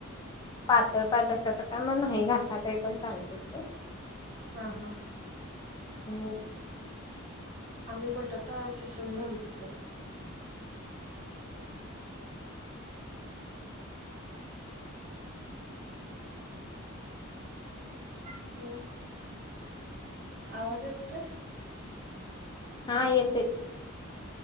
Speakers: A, on the left; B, on the right.
A: पातळ खायचं असतं तर का मग नाही घातला तरी पण चालते खरं.
B: हा हा.
A: हो.
B: आम्ही बटाटा खिसून घालतो त्यात. मग. <unintelligible> आवाज येतोय.
A: हा येतोय.